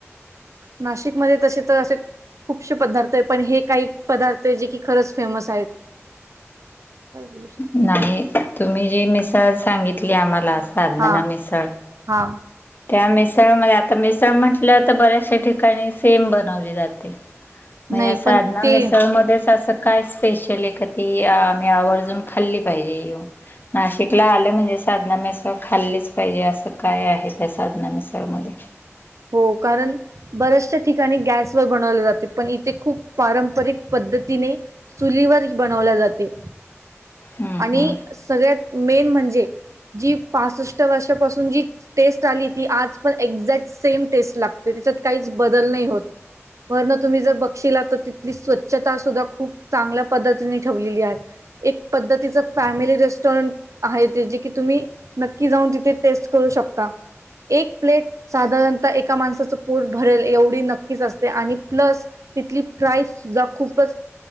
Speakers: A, on the right (about 90°); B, on the left (about 40°).
A: नाशिकमध्ये तसे तर असे खूपसेे पदार्थ आहे पण हे काही पदार्थ आहे जे कि खरंच फेमस आहेत काय बोलू शकते
B: नाही तुम्ही जी मिसळ सांगितली आम्हाला साधना
A: हा
B: मिसळ
A: हा
B: त्या मिसळमध्ये आता मिसळ म्हटलं तर बऱ्याचशा ठिकाणी सेम बनवली जाते मग
A: नाही
B: साधना
A: पण ते
B: मिसळ मध्येच असं काय स्पेशल आहे का ती आम्ही आवर्जून खाल्ली पाहिजे येऊन नाशिकला आलं म्हणजे साधना मिसळ खाल्लीच पाहिजे असं काय आहे त्या साधना मिसळमध्ये
A: हो कारण बऱ्याचशा ठिकाणी गॅसवर बनवले जाते पण इथे खूप पारंपरिक पद् पद्तीने चुलीवर बनवल्या जाते
B: हम्म
A: आणि
B: हम्म
A: सगळ्यात मेन म्हणजे जी पासष्ट वर्षापासून जी टेस्ट आली ती आज पण एक्झॅक्ट सेम टेस्ट लागते. त्याच्यात काहीच बदल नाही होत. वरण तुम्ही जर बगशिला तर स्वच्छता सुद्धा खूप चांगल्या पद्धतीने ठेवलेली आहे. एक पद्धतीच फॅमिली रेस पण, आहे ते जे की तुम्ही नक्की जाऊन तिथे टेस्ट करू शकता. एक प्लेट साधारणतः एका माणसाचं पोट भरेल एवढी नक्कीच असते आणि प्लस तिथली प्राईस सुद्धा खूपच